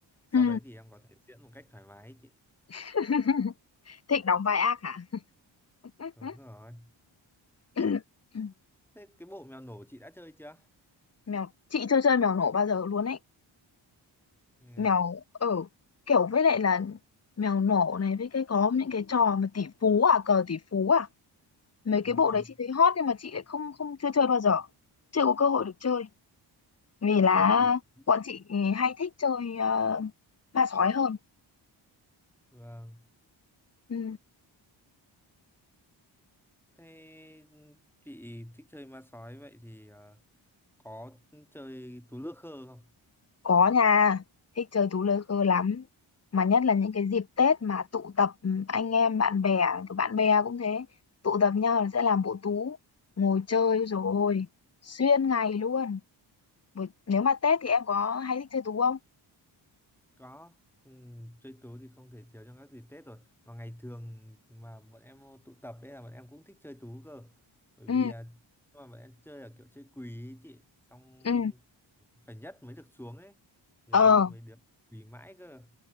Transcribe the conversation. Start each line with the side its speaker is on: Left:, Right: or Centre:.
Centre: Sau
Left: ừ.
Centre: đấy thì em có thể diễn một cách thoải mái ấy chị.
Left: <laughs> thích đóng vai ác hả <laughs>
Centre: Đúng rồi.
Left: <coughs>
Centre: Thế cái bộ mèo nổ chị đã chơi chưa?
Left: mèo chị chưa chơi mèo nổ bao giờ luôn ấy
Centre: À,
Left: mèo ở kiểu với lại là mèo nổ này với cái có những cái trò mà tỷ phú à cờ tỷ phú à mấy
Centre: đúng
Left: cái bộ
Centre: rồi.
Left: đấy chị thấy hot nhưng mà chị lại không không chưa chơi bao giờ chưa có cơ hội
Centre: Ô,
Left: được chơi vì là
Centre: Cơ tỷ. phú.
Left: bọn chị
Centre: Chết.
Left: hay thích chơi ờ, ma sói hơn
Centre: Vâng.
Left: ừ,
Centre: Thế ừ, chị thích chơi ma sói vậy thì ờ, có chơi tú lơ khơ không?
Left: có nhà thích chơi tú lơ khơ lắm mà nhất là những cái dịp Tết mà tụ tập ừ, anh em bạn bè kiểu bạn bè cũng thế tụ tập nhau là sẽ làm bộ tú ngồi chơi rồi xuyên ngày luôn Buổi- nếu mà Tết thì em có hay thích chơi tú không?
Centre: Có. Ừm, chơi tú thì không thể thiếu trong các dịp Tết rồi. Và ngày thường mà bọn em ờ, tụ tập ấy là bọn em cũng thích chơi tú cơ. Bởi
Left: Ừ,
Centre: vì à, nhưng mà bọn em chơi là kiểu chơi quỳ ấy chị. Xong
Left: ừ,
Centre: phải nhất mới được xuống ấy. Nhiều
Left: ờ,
Centre: lúc mấy đứa quỳ mãi cơ.